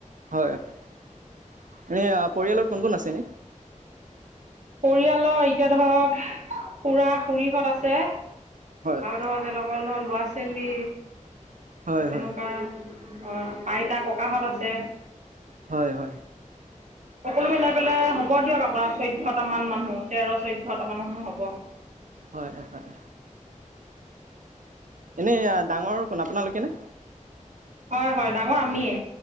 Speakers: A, on the right (about 75°); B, on the right (about 65°).
A: হয়। এনেই পৰিয়ালত কোন কোন আছে এনেই?
B: পৰিয়ালৰ এতিয়া ধৰক খুৰা - খুৰীহঁত আছে।
A: হয়।
B: আৰু ধৰক, তেলোকৰ ধৰ লৰা ছোৱালী,
A: হয়
B: তেনেকুৱা
A: হয়
B: অ', আইতা ককাহঁত আছে।
A: হয়-হয়।
B: সকলো মিলাই পেলাই হ'ব দিয়ক, আপোনাৰ চৈধ্যটামান মানুহ, তেৰ' চৈধ্যটামান মানুহ হ'ব।
A: হয়-হয়। এনেই, ডাঙৰ কোন, আপোনালোকে নে?
B: হয়-হয়, ডাঙৰ আমিয়ে।